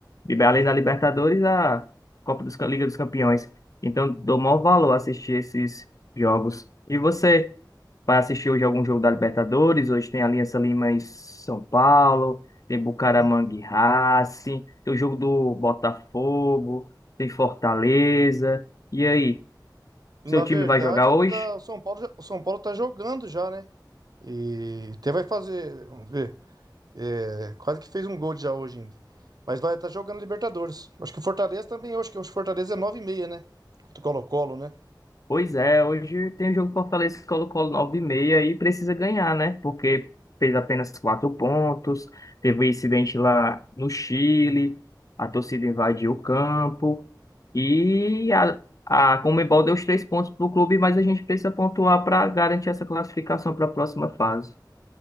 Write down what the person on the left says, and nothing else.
Liber- Além da Libertadores, a Copa dos Ca- Liga dos Campeões. Então, dou maior valor a assistir esses jogos. E você? Vai assistir hoje algum jogo da Libertadores. Hoje tem Aliança Lima e São Paulo. Tem Bucaramanga
e Racing. Tem o jogo do Botafogo. Tem Fortaleza. E aí,
seu time
vai jogar
hoje?
Pois é, hoje tem o jogo Fortaleza e colo colo nove e meia e precisa ganhar, né? Porque fez apenas quatro pontos, teve um incidente lá no Chile, a torcida invadiu o campo e a, a Conmebol deu os três pontos para o clube, mas a gente precisa pontuar para garantir essa classificação para a próxima fase.